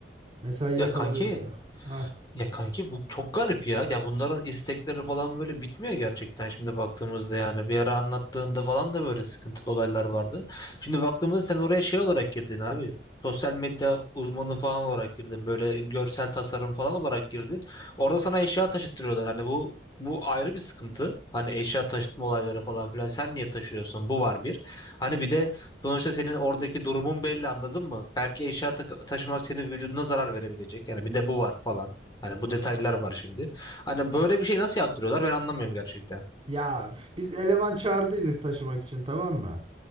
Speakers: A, on the right; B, on the left.
A: Mesaiye
B: Ya
A: kalıyoruz
B: kanki
A: da. Hah.
B: Ya kanki bu çok garip ya. Ya bunların istekleri falan böyle bitmiyor gerçekten şimdi baktığımızda yani. Bir ara anlattığında falan da böyle sıkıntılı olaylar vardı. Şimdi baktığımızda sen oraya şey olarak girdin abi. Sosyal medya uzmanı falan olarak girdin. Böyle görsel tasarım falan olarak girdin. Orada sana eşya taşıttırıyorlar. Hani bu bu ayrı bir sıkıntı. Hani eşya taşıtma olayları falan filan. Sen niye taşıyorsun? Bu var bir. Hani bir de Sonuçta senin oradaki durumun belli anladın mı? Belki eşya ta- taşımak senin vücuduna zarar verebilecek. Yani bir de bu var falan. Hani bu detaylar var şimdi. Hani böyle bir şey nasıl yaptırıyorlar ben anlamıyorum gerçekten.
A: Ya üf, biz eleman çağırdıydık taşımak için tamam mı?